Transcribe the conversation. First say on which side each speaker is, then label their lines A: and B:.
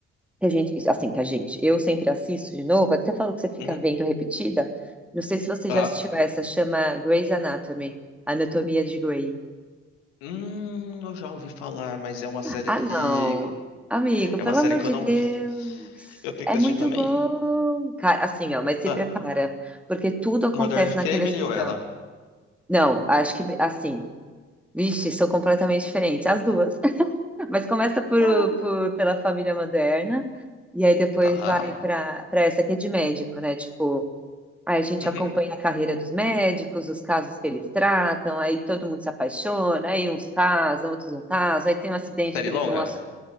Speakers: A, in the centre; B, on the left (about 75°).
A: que a gente, assim, que a gente, eu sempre assisto de novo, é que você falou que você fica
B: Uhum.
A: vendo repetida. Não sei se você
B: Ah.
A: já assistiu essa, chama Grey's Anatomy, Anatomia de Grey.
B: Hum, eu já ouvi falar, mas é uma série
A: Ah,
B: que.
A: não. Amigo,
B: É
A: pelo
B: uma série
A: amor
B: que
A: de
B: eu não
A: Deus.
B: vi. Eu tenho
A: É
B: que assistir
A: muito
B: também?
A: bom. Cara, assim, ó, mas se
B: Tá.
A: prepara, porque tudo acontece
B: Modern Family
A: naquele hospital.
B: ou ela?
A: Não, acho que assim. Vixe, são completamente diferentes, as duas. <laughs> Mas começa por,
B: Ah,
A: por- pela família moderna, e aí depois
B: Tá.
A: vai para para essa que é de médico, né? Tipo, aí a gente
B: Uhum.
A: acompanha a carreira dos médicos, os casos que eles tratam, aí todo mundo se apaixona, aí uns casam, outros não casam, aí tem um acidente
B: Série
A: que eles
B: longa?
A: vão. ass-